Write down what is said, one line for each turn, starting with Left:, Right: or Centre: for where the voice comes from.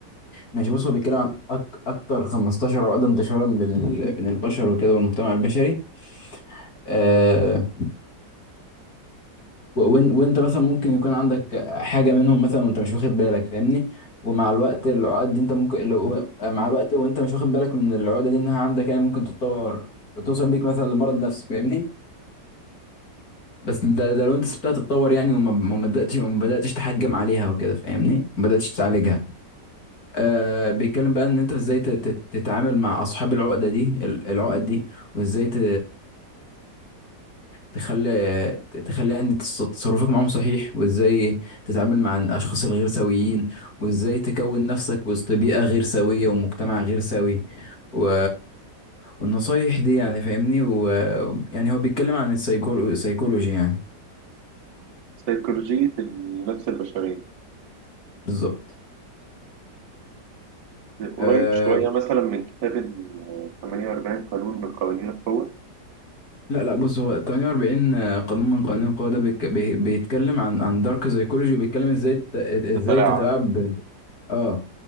Left: ماشي بص هو بيتكلم عن أك أكتر 15 عقدة انتشارا بين ال- بين البشر وكده والمجتمع البشري آه، و- وإن- وانت مثلا ممكن يكون عندك حاجه منهم مثلا وانت مش واخد بالك فاهمني ومع الوقت العقد دي انت ممكن لو مع الوقت وانت مش واخد بالك من العقده دي انها عندك يعني ممكن تتطور وتوصل بيك مثلا لمرض نفسي فاهمني بس ده, ده لو انت سبتها تتطور يعني وما ما بداتش وما بداتش تحجم عليها وكده فاهمني ما بداتش تعالجها آه بيتكلم بقى ان انت ازاي تت- تت- تتعامل مع اصحاب العقده دي ال- العقد دي وازاي ت- تخلي تخلي ان تص- تصرفك معاهم صحيح وازاي تتعامل مع الاشخاص الغير سويين وازاي تكون نفسك وسط بيئة غير سوية ومجتمع غير سوي و... والنصايح دي يعني فاهمني ويعني هو بيتكلم عن السيكولو... السيكولوجي يعني
Right: سيكولوجية النفس البشرية
Left: بالظبط
Right: قريب
Left: أه...
Right: شوية مثلا من كتاب ال 48 قانون من قوانين القوة
Left: لا لا بص هو 48 قانون من قوانين القوة ده بيك... بي... بيتكلم عن عن دارك سيكولوجي وبيتكلم ازاي ت... ازاي
Right: تتلاعب
Left: تتلاعب بال... اه